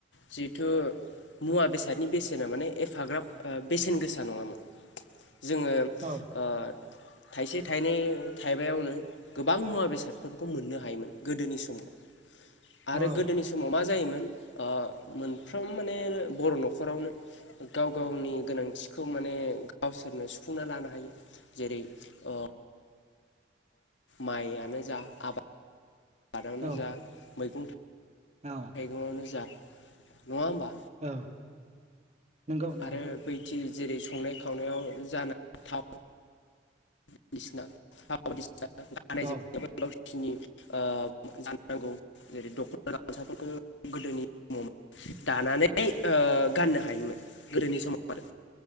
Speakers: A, on the left; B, on the right.
A: जिहेथु मुवा बेसादनि बेसेना माने एफाग्राब ओ बेसेन गोसा नङामोन। जोङो
B: औ
A: ओ थाइसे थाइनै थाइबायावनो गोबां मुंआ बे बेसाद फोरफोरखौ मोननो हायोमोन गोदोनि समाव आरो
B: औ
A: गोदोनि सम समाव मा जायोमोन ओ मोनफ्रोम माने बर' न'खरावनो गाव गावनि गोनांथिखौ माने गावसोरनो सुफुंना लानो हायो जेरै ओ माइआनो जा आबाद आबादनो
B: औ
A: जा मैगं थाइगं
B: औ
A: मैगंआनोजा नंङा होनबा
B: औ नंगौ नंगौ
A: आरो बै खि जेरै संनाय खावनायाव जानाय थाव <unintelligible>
B: औ
A: जेरै दखना गानसाफोरखौ गोदोनि <unintelligible> दानानै ओ गाननो हायोमोन गोदोनि समाव। आरो